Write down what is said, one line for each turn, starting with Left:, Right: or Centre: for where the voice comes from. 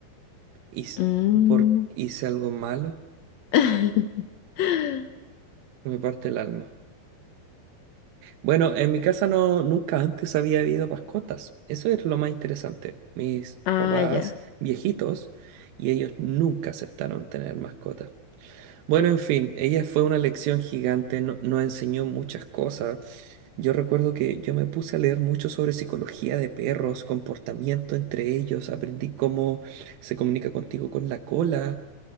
Right: hice,
Left: Mm.
Right: por, hice algo malo,
Left: <laughs>
Right: me parte el alma. Bueno, en mi casa no, nunca antes había habido mascotas. Eso es lo más interesante. Mis
Left: Ah,
Right: papás
Left: ya.
Right: viejitos y ellos nunca aceptaron tener mascotas. Bueno, en fin, ella fue una lección gigante, no- nos enseñó muchas cosas. Yo recuerdo que yo me puse a leer mucho sobre psicología de perros, comportamiento entre ellos, aprendí cómo se comunica contigo con la cola